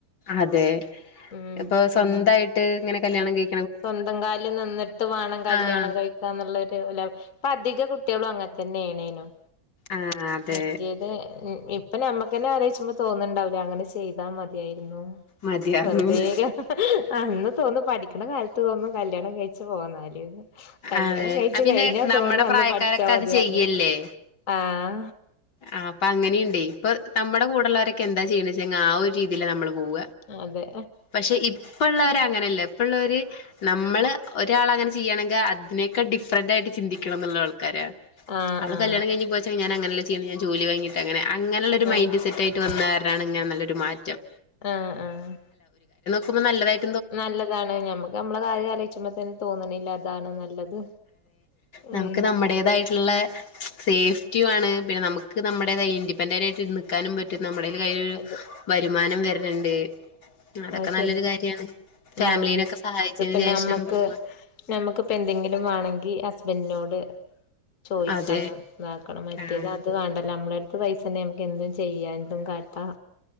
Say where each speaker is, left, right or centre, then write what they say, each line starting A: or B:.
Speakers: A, on the left (about 60°); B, on the left (about 45°).
A: അതെ
B: ഉം
A: ഇപ്പോ സ്വന്തായിട്ട് ഇങ്ങനെ കല്ല്യാണം കഴി
B: സ്വന്തം കാലില് നിന്ന്ട്ട് വാണം കല്യാണം
A: ആഹ്
B: കഴിക്കാന്ന്ള്ളൊര് ലെവൽ പ്പ അധിക കുട്ട്യാളും അങ്ങതന്നേണേനും.
A: ആഹ് അതെ
B: മറ്റേത്, ഇപ്പ ഞമ്മക്കന്നെ ആലോയ്ച്ചുമ്പോ തോന്ന്ണ്ടാവൂലേ അങ്ങനെ ചെയ്താ മതിയാ ർന്നു,
A: മതിയാർന്നുന്ന്
B: വെറ്തേ അന്ന് തോന്നും പഠിക്ക്ണ കാലത്ത് തോന്നും കല്യാണം കഴിച്ച് പോവാന്നാല്ന് കല്യാണം
A: അതെ
B: കഴിച്ച്
A: ആഹ് പിന്നെ
B: കഴിഞ്ഞാ
A: നമ്മടെ
B: തോന്നും അന്ന്
A: പ്രായക്കാരൊക്കെ
B: പഠിച്ചാ മതിയാർന്നുന്ന്.
A: അത് ചെയ്യല്ലേ
B: ആഹ്
A: ആഹ്, പ്പങ്ങനീണ്ടെയ്. ഇപ്പൊ നമ്മടെ കൂടള്ളോരൊക്കെ എന്താ ചെയ്യ്ണേച്ചാ ആ ഒര് രീതീലാ നമ്മള് പോവ,
B: അതെ
A: പക്ഷേ ഇ ഇപ്പള്ളോരങ്ങനല്ല, ഇപ്പള്ളോര് നമ്മള് ഒരാളങ്ങനെ ചെയാണെങ്ക് അതിനേക്കാൾ ഡിഫറന്റായിട്ട് ചിന്തിക്കണംന്നുള്ള ആൾക്കാരാ.
B: ആഹ്
A: അവള്
B: ആഹ്
A: കല്യാണം കഴിഞ്ഞ് പോയാച്ച ഞാനങ്ങനല്ല ചെയ്യല് ഞാൻ ജോലി വാങ്ങീട്ടങ്ങനെ അങ്ങനെള്ളൊര്
B: ആഹ്
A: മൈൻഡ് സെറ്റായ്ട്ട് വന്ന കാരണാണ് ഇങ്ങനെ നല്ലൊരു മാറ്റം
B: ആഹ്, ആഹ്
A: പ്പം നല്ലതായി
B: നല്ലതാണ്. ഞമ്മക്ക് ഞമ്മളെ കാര്യലോയിച്ചുമ്പോ തന്നെ തോന്ന്ണില്ലേ അതാണ് നല്ലത്
A: ഞമ്മക്ക്
B: ഉം
A: നമ്മടേതായിട്ട്ള്ളേ സേഫ്റ്റിയു ആണ്, പിന്നെ നമ്മക്ക് നമ്മടേ ഇൻഡിപെൻഡന്റായ്ട്ട് നിക്കാനും പറ്റും നമ്മുടെ കയ്യിൽ
B: അതെ
A: വരുമാനം വര്ണണ്ട്, അതൊക്കെ
B: അത് ശരിയാ
A: നല്ലൊരു കാര്യാണ് ഫാമിലീനൊക്കെ
B: ഉം,
A: സഹായിച്ചതിന്
B: ഇതിപ്പ നമ്മക്ക്
A: ശേഷം പോവാ
B: നമ്മക്കിപ്പോ എന്തെങ്കിലും വാണെങ്കി ഹസ് ബൻഡ്ന്റിനോട് ചോദിക്കണം,
A: അതെ
B: ഇതാക്കണം, മറ്റേത്
A: ആഹ്
B: അത് വേണ്ടല്ല നമ്മളെ പത്ത് പൈസണ്ടേ നമുക്ക് എന്തും ചെയ്യാം എന്തും കാട്ടാ